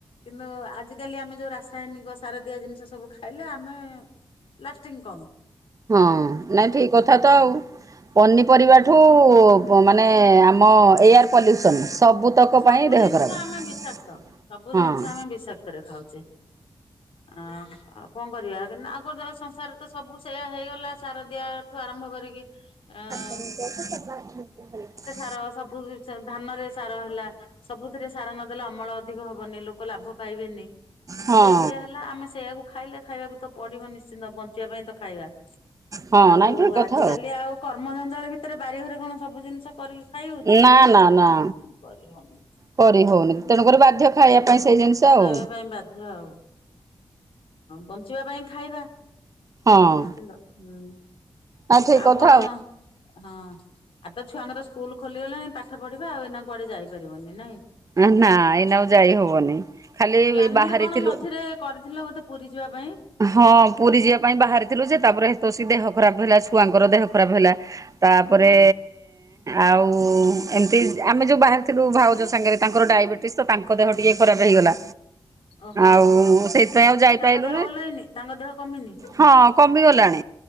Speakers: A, on the left; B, on the right.
A: କିନ୍ତୁ ଆଜି କାଲି ଆମେ ଯୋଉ ରାସାୟନିକ ସାର ଦିଆ ଜିନିଷ ସବୁ ଖାଇଲେ ଆମେ ଲାଷ୍ଟିଙ୍ଗ୍ କମ୍।
B: ହଁ ନାଇଁ ଠିକ୍ କଥା ତ ଆଉ ପନିପରିବାଠୁ ମାନେ ଆମ ଏୟାର ପଲ୍ୟୁସନ୍ ସବୁତକ
A: ସବୁ
B: ପାଇଁ ଦେହ
A: ଜିନିଷ
B: ଖରାପ
A: ଆମେ ବିଷାକ୍ତ ସବୁ ଜିନିଷ
B: ହଁ।
A: ଆମେ ବିଷାକ୍ତରେ ଖାଉଚେ <unintelligible> କରିବା ଆଉ କଣ ସଂସାର ତ ସବୁ ସେଇଆ ହେଇଗଲା ସାର ଦିଆଠୁ ଆରମ୍ଭ କରିକି ଅ
B: <unintelligible>
A: ର ସବୁ ଧାନରେ ସାର ହେଲା ସବୁଥିରେ ସାର ନଦେଲେ ଅମଳ ଅଧିକ ହବନି ଲୋକ ଲାଭ ପାଇ ପାଇବେନି
B: ହଁ
A: ସେଇ ଭଳିଆ ହେଲା ଆମେ ସେ ସେଇଆକୁ ଖାଇଲେ ଖାଇବାକୁ ତ ପଡ଼ିବ ନିଶ୍ଚିନ୍ତ ବଞ୍ଚିବା ପାଇଁ ତ ଖାଇବା।
B: ହଁ
A: ଆଉ
B: ନାଇଁ ଠିକ କଥା
A: ଆଜିକାଲି ଆଉ କର୍ମ ଜଞ୍ଜାଳ ଭିତରେ ବାରିଘରେ କଣ ସବୁ ଜିନିଷ କରି ଖାଇ ହଉଚି କି
B: ନା ନା ନା
A: କରିହଉନି
B: କରି ହଉନି
A: ହଁ।
B: ତେଣୁକରି ବାଧ୍ୟ ଖାଇବା ପାଇଁ ସେଇ ଜିନିଷ ଆଉ
A: ଖାଇବା ପାଇଁ ବାଧ୍ୟ ଆଉ ବଞ୍ଚିବା ପାଇଁ ଖାଇବା।
B: ହଁ
A: ନିଶ୍ଚିନ୍ତ ହୁଁ
B: ନା ଠିକ
A: ଆଉ
B: କଥା
A: କଣ ହଁ। ଆଉ ତ ଛୁଆଙ୍କର ସ୍କୁଲ ଖୋଲିଗଲାଣି ପାଠ ପଢ଼ିବା ଆଉ ଏଇନା କୁଆଡ଼େ ଯାଇପାରିବନି ନାଇଁ?
B: ଆ ନା ଏଇନା ଆଉ ଯାଇ ହବନି। ଖାଲି ଏଇ
A: ପ୍ଲାନିଂ
B: ବାହାରିଥିଲୁ
A: କଣ ମଝିରେ କରିଥିଲେ ବୋଧେ ପୁରୀ ଯିବା ପାଇଁ?
B: ହଁ ପୁରୀ ଯିବା ପାଇଁ ବାହାରିଥିଲୁ ଯେ ତାପରେ ତୋସି ଦେହ ଖରାପ ହେଲା ଛୁଆଙ୍କର ଦେହ ଖରାପ ହେଲା ତାପରେ
A: ହଁ।
B: ଆଉ ଏମିତି ଆମେ ଯୋଉ ବାହାରି ଥିଲୁ ଭାଉଜ ସାଙ୍ଗରେ ତାଙ୍କର ଡାଇବେଟିସ୍ ତ ତାଙ୍କ ଦେହ ଟିକେ ଖରାପ ହେଇଗଲା।
A: ଓହୋ
B: ଆଉ, ସେଇଥିପାଇଁ ଆଉ ଯାଇପାରିଲୁନୁ।
A: ତାଙ୍କ ଦେହ ଭଲ ହେଇନି ତାଙ୍କ ଦେହ କମିନି?
B: ହଁ କମିଗଲାଣି।